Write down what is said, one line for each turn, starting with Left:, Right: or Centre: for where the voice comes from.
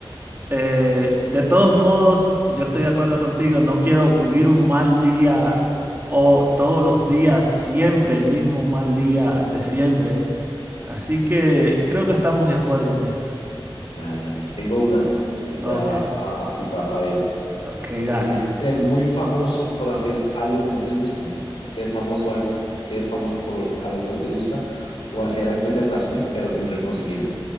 Right: Eh, de todos modos, yo estoy de acuerdo contigo, no quiero vivir un mal día o todos los días siempre el mismo mal día de siempre. Así que creo que estamos de acuerdo en esta.
Left: Dale, dale, te tengo una que te
Right: Ok,
Left: va a, a flipar. A ver,
Right: ok, dale.
Left: ¿prefieres ser muy famoso por hacer algo que no te gusta? Ser famoso algo, ser famoso por algo que no te gusta o hacer algo que te apasione, pero sin reconocimiento.